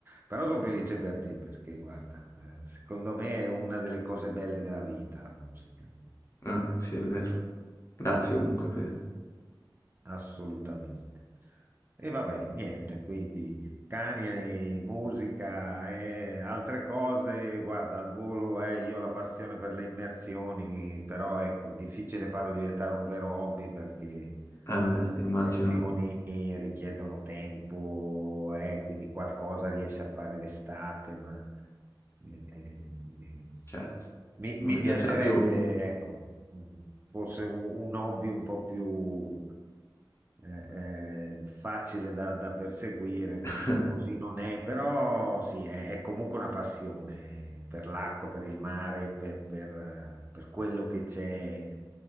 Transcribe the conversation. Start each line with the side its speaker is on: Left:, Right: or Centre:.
Right: Però sono felice per te perché, guarda, eh, secondo me è una delle cose belle della vita, la musica.
Left: vabbè, eh, sì, è vero. Grazie comunque per...
Right: assolutamente. E vabbè, niente, quindi cani, eh, musica e altre cose, guarda, al volo eh, io ho la passione per le immersioni, però ecco, difficile farlo diventare un vero hobby perché
Left: Eh beh, sì, immagino,
Right: immersioni richiedono tempo, eh, quindi qualcosa riesci a fare l'estate, ma... eh, eh,
Left: certo.
Right: mi,
Left: Immagino
Right: mi piacerebbe,
Left: sia più
Right: ecco, mh, forse un, un hobby un po' più eh, eh, facile da, da perseguire, ma
Left: <laughs>
Right: così non è. Però sì, è, è comunque una passione per l'acqua, per il mare, per, per, eh, per quello che c'è